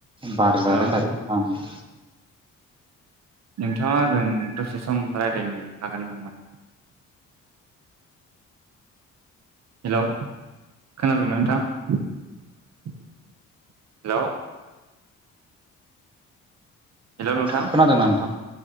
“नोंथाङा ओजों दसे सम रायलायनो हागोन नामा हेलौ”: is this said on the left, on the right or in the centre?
Right